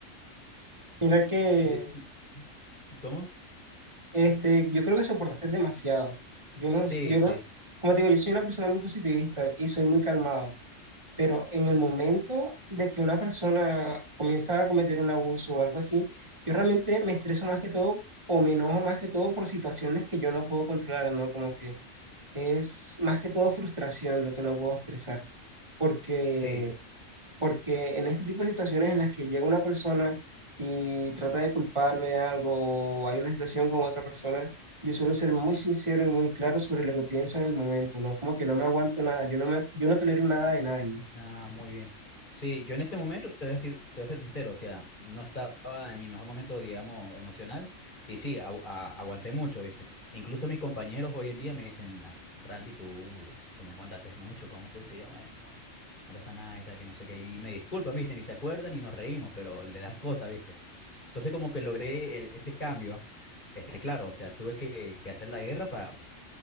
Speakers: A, on the right (about 20°); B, on the left (about 40°).
A: Mira que
B: Y, y- ¿Cómo?
A: Este, yo creo que soportaste demasiado. Yo no,
B: Sí,
A: yo
B: sí,
A: no, como te digo, yo soy una persona muy positivista y soy muy calmado, pero en el momento de que una persona comienza a cometer un abuso o algo así, yo realmente me estreso más que todo o me enojo más que todo por situaciones que yo no puedo controlar, ¿no? Como que es más que todo frustración lo que no puedo expresar, porque
B: sí.
A: porque en este tipo de situaciones en las que llega una persona y trata de culparme de algo, o hay una situación con otra persona, yo suelo ser muy sincero y muy claro sobre lo que pienso en el momento, ¿no? Como que no me aguanto nada, yo no me, yo no tolero nada de nadie,
B: Ah, muy bien. Sí, yo en ese momento te voy a decir, te voy a ser sincero, o sea, no estaba en mi mejor momento, digamos, emocional, y sí, agu- a- aguanté mucho, ¿viste? Incluso mis compañeros hoy en día me dicen, "Ah, Randy, tú, tú me aguantaste mucho, ¿cómo pudiste? Y yo, bueno, no, no pasa nada y tal, que no sé qué, y me disculpan, ¿viste? Ni se acuerdan y nos reímos, pero le das cosas, ¿viste? Entonces como que logré el- ese cambio, este, claro, o sea, tuve que, que hacer la guerra para